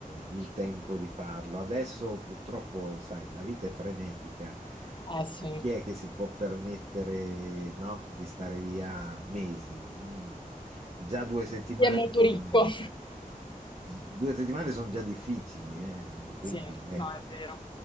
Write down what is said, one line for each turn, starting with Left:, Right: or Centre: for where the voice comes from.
Right: il tempo di farlo. Adesso purtroppo, sai, la vita è frenetica.
Left: Eh sì.
Right: Eh, Chi è che si può permettere, no, di stare via mesi? Mm. Già due settimane
Left: Chi è molto
Right: sono,
Left: ricco. <laughs>
Right: due settimane sono già difficili, eh, Quindi
Left: Sì,
Right: ecco.
Left: no, è vero.